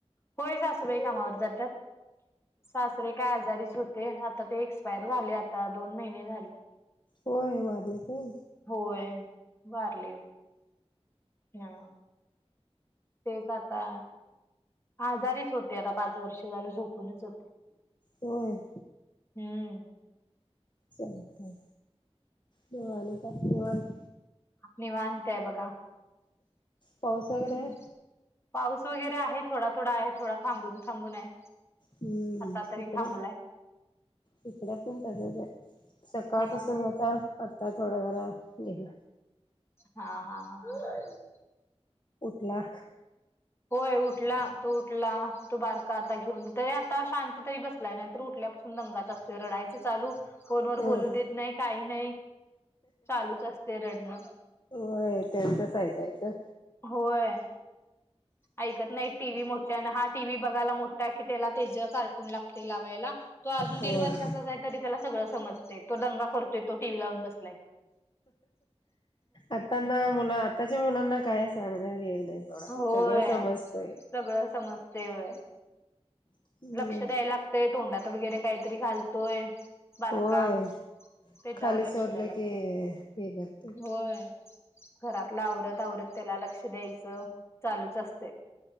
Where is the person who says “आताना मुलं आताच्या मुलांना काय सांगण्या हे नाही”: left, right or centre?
Left